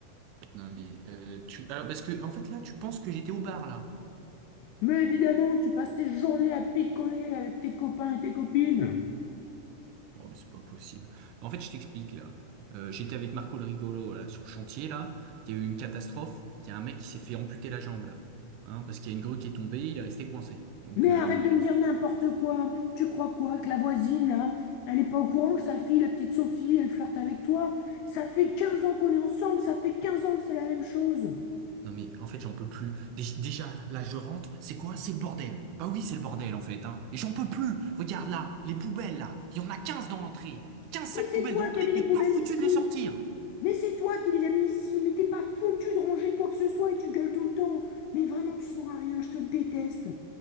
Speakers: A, on the right; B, on the left.
A: Non mais, euh, tu... Alors parce que, en fait là, tu penses que j'étais au bar là.
B: Mais évidemment, tu passes tes journées à picoler avec tes copains et tes copines
A: Bon, mais c'est pas possible. En fait, je t'explique là. Euh, j'étais avec Marco le rigolo là, sur le chantier là. Il y a eu une catastrophe. Il y a un mec qui s'est fait amputer la jambe là. Hein, parce qu'il y a une grue qui est tombée, il est resté coincé. Donc
B: Mais
A: euh,
B: arrête
A: on
B: de
A: est-
B: me dire n'importe quoi. Tu crois quoi que la voisine, là, elle est pas au courant que sa fille, la petite Sophie, elle flirte avec toi? Ça fait 15 ans qu'on est ensemble, ça fait 15 ans que c'est la même chose.
A: non mais en fait j'en peux plus. Dé- Déjà là je rentre, c'est quoi? C'est le bordel. Bah oui c'est le bordel en fait. Hein. Et j'en peux plus. Regarde là, les poubelles là, il y en a 15 dans l'entrée. quinze sacs
B: Mais c'est
A: poubelles
B: toi
A: dans l'entrée,
B: qui as mis les
A: t'es pas
B: poubelles
A: foutu
B: ici.
A: de les sortir.
B: Mais c'est toi qui les as mis ici. Mais t'es pas foutu de ranger quoi que ce soit et tu gueules tout le temps. Mais vraiment, tu sers à rien, je te déteste.